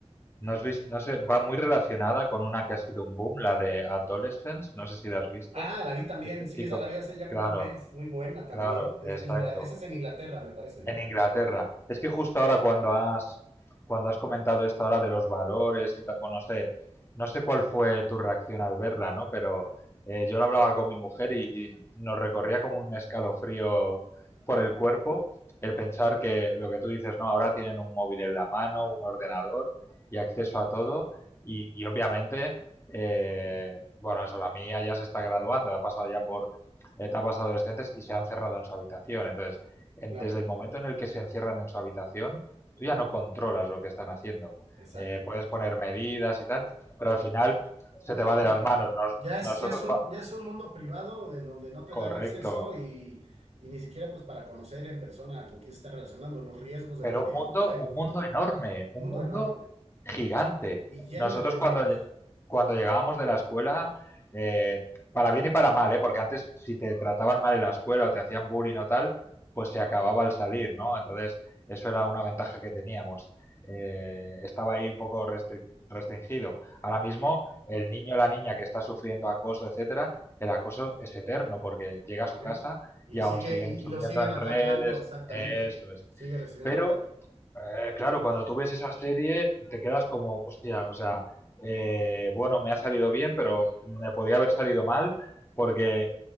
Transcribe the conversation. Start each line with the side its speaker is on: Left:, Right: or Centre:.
Left: ¿No, has visto, no sé, va muy relacionada con una que ha sido un boom, la de Adolescence, no sé si la has visto.
Right: Ah, la vi también,
Left: Este
Right: sí,
Left: chico,
Right: esa la vi hace ya como
Left: claro,
Right: un mes, muy buena también.
Left: claro,
Right: Es
Left: exacto
Right: en Ingla- Esa es en Inglaterra, me parece, ¿no?
Left: en Inglaterra. Es que justo ahora cuando has cuando has comentado esto ahora de los valores y tal, bueno, no sé, no sé cuál fue tu reacción al verla, ¿no? Pero eh, yo lo hablaba con mi mujer y, y nos recorría como un escalofrío por el cuerpo el pensar que lo que tú dices, no, ahora tienen un móvil en la mano, un ordenador y acceso a todo y, y obviamente, eh, bueno, eso, la mía ya se está graduando, ha pasado ya por etapas adolescentes y se han cerrado en su habitación. Entonces, en-
Right: Claro,
Left: desde el momento en el que se encierran en su habitación, tú ya no controlas lo que están haciendo.
Right: exacto.
Left: Eh, puedes poner medidas y tal, pero al final se
Right: No,
Left: te va de
Right: pues
Left: las
Right: ya,
Left: manos. Nos-
Right: ya es,
Left: nosotros,
Right: ya es un,
Left: cua-
Right: ya es un mundo privado de en donde no te
Left: correcto,
Right: dan acceso y, y ni siquiera pues para conocer en persona con quién se están relacionando, los riesgos de
Left: Pero
Right: los videojuegos,
Left: un mundo, un mundo
Right: ¿no?
Left: enorme,
Right: Un
Left: un
Right: mundo
Left: mundo
Right: enorme
Left: gigante.
Right: y lleno
Left: Nosotros
Right: de peligros,
Left: cuando, lle- cuando llegábamos de la escuela, eh, para bien y para mal, ¿eh? porque antes si te trataban mal en la escuela o te hacían bullying o tal, pues se acababa al salir, ¿no? Entonces, eso era una ventaja que teníamos. Eh, estaba ahí un poco restri- restringido. Ahora mismo, el niño o la niña que está sufriendo acoso, etcétera, el acoso es eterno porque llega a su
Right: ¿sí?
Left: casa
Right: Y
Left: y
Right: sigue,
Left: aún siguen
Right: y,
Left: subiendo
Right: y lo siguen
Left: en
Right: atacando,
Left: redes,
Right: exactamente.
Left: eso es.
Right: Sigue recibiendo
Left: Pero
Right: ataque.
Left: eh, claro, cuando tú ves esa serie te quedas como, hostia, o sea, eh, bueno, me ha salido bien, pero me podía haber salido mal porque